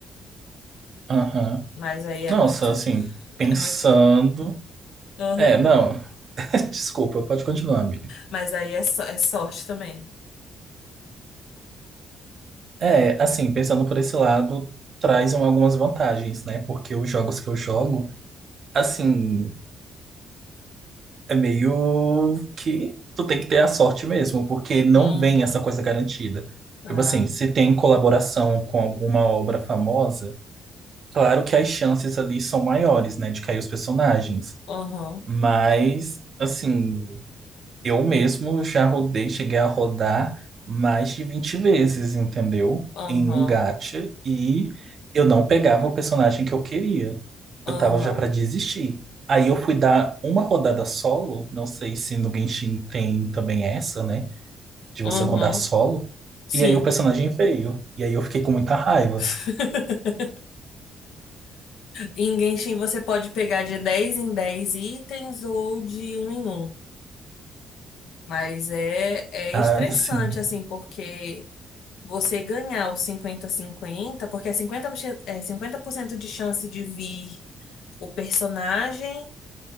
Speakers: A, on the right; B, on the left.
A: aham.
B: Mas aí é
A: Nossa,
B: muito, <laughs>
A: assim, pensando.
B: é muito. Uhum.
A: É, não. <laughs> Desculpa, pode continuar, amiga.
B: Mas aí é, só- é sorte também.
A: É, assim, pensando por esse lado, traz um algumas vantagens, né? Porque os jogos que eu jogo. Assim, É meio que tu tem que ter a sorte mesmo, porque não
B: Uhum.
A: vem essa coisa garantida.
B: Ah,
A: Tipo assim, se tem colaboração com alguma obra famosa, claro que as chances ali são maiores, né, de cair os personagens.
B: uhum,
A: Mas, assim, eu mesmo já rodei, cheguei a rodar mais de 20 vezes, entendeu?
B: uhum,
A: Em um gacha e eu não pegava o personagem que eu queria.
B: uhum,
A: Eu tava já pra desistir. Aí eu fui dar uma rodada solo, não sei se no Genshin tem também essa, né? De você
B: uhum.
A: rodar solo.
B: Sim.
A: E aí o personagem veio. E aí eu fiquei com muita raiva.
B: <laughs> Em Genshin você pode pegar de 10 em 10 itens ou de um em um, Mas é, é
A: Ah,
B: estressante,
A: sim.
B: assim, porque você ganhar o cinquenta cinquenta porque é 50%, é 50% de chance de vir o personagem